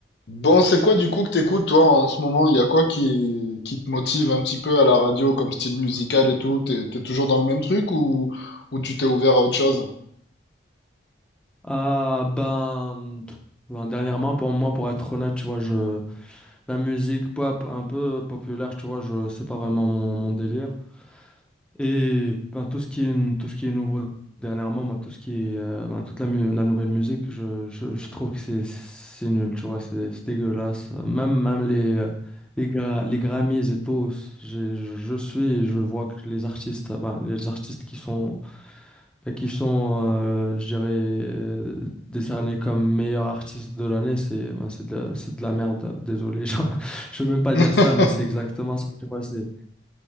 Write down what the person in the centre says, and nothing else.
Ah ben, ben, dernièrement pour moi pour être honnête tu vois je la musique pop un peu populaire tu vois je c'est pas vraiment mon, mon délire et ben, tout ce qui est n- tout ce qui est nouveau dernièrement moi tout ce qui est euh, ben, toute la, mu- la nouvelle musique je, je, je trouve que c'est c'est nul tu vois c'est c'est dégueulasse même même les euh, les gra- les Grammys et tout j'ai- je, je suis et je vois que les artistes ben, les artistes qui sont et qui sont, euh, je dirais, euh, décernés comme meilleurs artistes de l'année, c'est ben, c'est de, la c'est de la merde, désolé. <laughs> genre, je veux même pas
dire ça, mais c'est exactement ça. Tu vois, c'est...